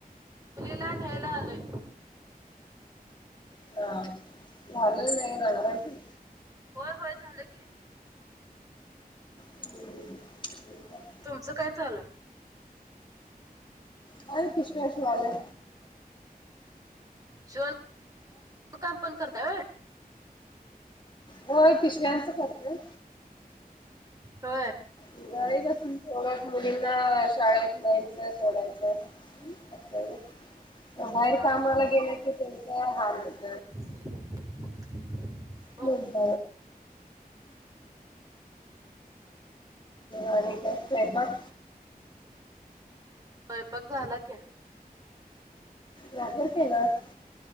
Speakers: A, on the right; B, on the left.
A: मुलीला न्यायला आलोय.
B: हा झाले नाही नांगरयती
A: होय होय झाले की,
B: हम्म हम्म आणि काय
A: हं, तुमचं काय चालू आहे?
B: काही नाही. पिशव्या शिवालय..
A: शिवण.. काम पण करताय होय
B: हो पिशव्यांचं करतंय
A: होय
B: नाही बसून थोड्या मुलींना शाळेत नाहीयचं थोडं बाहेर
A: हा,
B: कामाला गेल की त्यांचा हाल होतय
A: <inaudible>
B: <unintelligible> मग आणि काय स्वयंपाक
A: स्वयंपाक झाला की
B: लवकर केलास